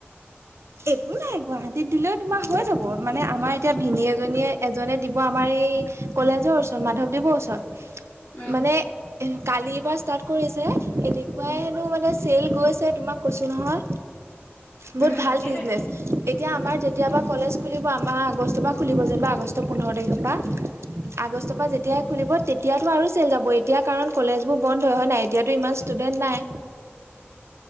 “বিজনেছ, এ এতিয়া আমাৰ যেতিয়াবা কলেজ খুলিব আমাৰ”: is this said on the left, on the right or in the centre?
Right